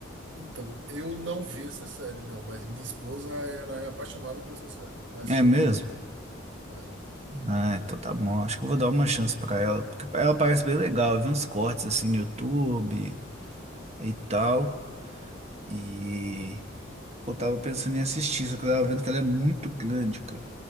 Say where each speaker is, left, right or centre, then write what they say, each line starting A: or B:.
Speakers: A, on the right (about 65°); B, on the right (about 35°).
A: Então, eu não vi essa série, não, mas minha esposa, ela é apaixonada por essa série. Ela assistiu
B: É mesmo?
A: toda já. né?
B: Ah, então tá bom. Acho que eu vou dar uma chance pra ela. Porque ela parece bem legal. Eu vi uns cortes assim no YouTube e tal. E eu tava pensando em assistir, só que eu tava vendo que ela é muito grande, cara.